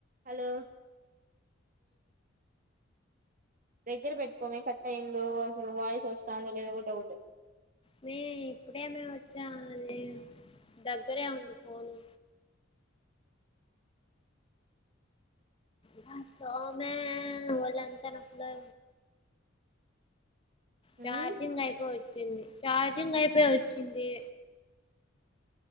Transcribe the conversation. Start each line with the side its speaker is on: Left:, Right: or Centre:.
Right: Hello దగ్గర పెట్టుకోమే cut అయిందు అసలు వాయిస్ వస్తుందో లేదో గూడ డౌటు
Left: మే ఇప్పుడేమ వచ్చా అది దగ్గరే ఉంది ఫోను బ సామె ఒళ్ళంతా నొప్పులే చార్జింగ్
Right: మ్మ్
Left: ఐపోయి చింది చార్జింగ్ అయిపోయి ఒచ్చింది